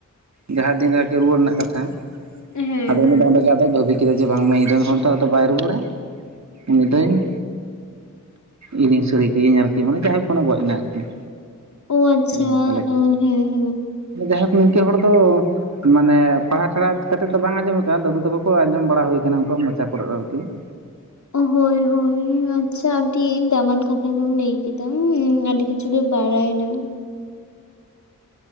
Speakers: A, on the right (about 60°); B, on the left (about 65°).
A: ᱡᱟᱦᱟᱸ ᱫᱤᱱ ᱨᱮᱠᱤ ᱨᱩᱣᱟᱹᱲ ᱨᱮᱱᱟᱜ ᱠᱟᱛᱷᱟ
B: ᱦᱮᱸ
A: ᱟᱫᱚ ᱩᱱᱤ ᱫᱚ ᱚᱸᱰᱮ ᱜᱮ ᱟᱫᱚ <unintelligible> <unintelligible> ᱵᱟᱝᱢᱟ ᱤᱧᱨᱮᱱ ᱦᱚᱲ ᱫᱚ ᱟᱫᱚ ᱨᱩᱣᱟᱹᱲᱟ ᱩᱱᱤ ᱫᱚᱭ ᱼᱼ ᱤᱧᱤᱧ ᱥᱟᱹᱨᱤ ᱠᱟᱹᱭᱟᱧ ᱟᱨᱠᱤ ᱢᱟᱱᱮ ᱡᱟᱦᱟᱸᱭ <unintelligible> ᱜᱚᱡ ᱱᱟ ᱟᱨᱠᱤ ᱾
B: ᱚ ᱟᱪᱪᱷᱟ
A: <unintelligible>
B: ᱦᱮᱸ ᱦᱮᱸ
A: ᱡᱟᱭᱦᱳᱠ ᱱᱤᱝᱠᱟᱹ ᱦᱚᱲ ᱫᱚ ᱢᱟᱱᱮ ᱼᱼ ᱯᱟᱲᱦᱟ ᱪᱷᱟᱲᱟ ᱠᱟᱛᱮᱫ ᱫᱚ ᱵᱟᱝ ᱟᱸᱡᱚᱢ ᱟᱠᱟ ᱞᱟᱫᱩ ᱛᱟᱠᱚ ᱠᱚ ᱟᱸᱡᱚᱢ ᱵᱟᱲᱟ ᱦᱩᱭ ᱠᱟᱱᱟ ᱩᱱᱠᱩᱣᱟᱜ ᱢᱚᱪᱟ ᱠᱚᱨᱮ ᱫᱚ ᱟᱨᱠᱤ ᱾
B: ᱦᱳᱭ ᱦᱳᱭ ᱟᱪᱪᱷᱟ ᱟᱹᱰᱤ ᱫᱟᱢᱟᱱ ᱠᱟᱛᱷᱟ ᱜᱮᱢ ᱞᱟᱹᱭ ᱠᱮᱫᱟ ᱟᱹᱰᱤ ᱠᱤᱪᱷᱩ ᱼᱼ ᱡᱩᱫᱤ ᱵᱟᱲᱟᱭᱱᱟ ᱾